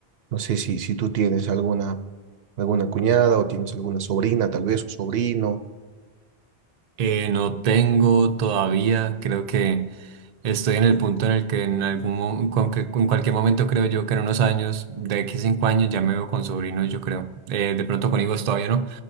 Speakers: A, on the right; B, on the right.
A: No sé si, si tú tienes alguna, alguna cuñada o tienes alguna sobrina, tal vez, o sobrino.
B: Eh, no tengo todavía, creo que estoy en el punto en el que en algún mo- con que- en cualquier momento creo yo que en unos años, de aquí a cinco años ya me veo con sobrinos, yo creo. Eh, de pronto con hijos todavía no,